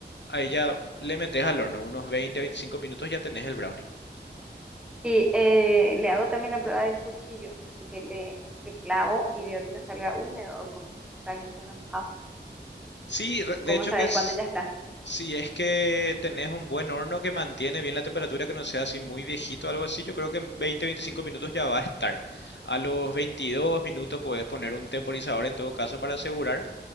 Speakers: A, on the left (about 75°); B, in the centre.
A: ahí ya le metes al horno. Unos 20 a 25 minutos ya tenés el brownie.
B: Y eh, le hago también la prueba del cuchillo, así que le, le clavo y veo que no salga húmedo, o, como, o sea, que no salga mojado.
A: Sí, re- de
B: ¿Cómo
A: hecho
B: sabes
A: que es
B: cuándo ya está?
A: Si es que tenés un buen horno que mantiene bien la temperatura, que no sea así muy viejito o algo así, yo creo que en veinte veinticinco minutos ya va a estar. A los 22 minutos puedes poner un temporizador en todo caso para asegurar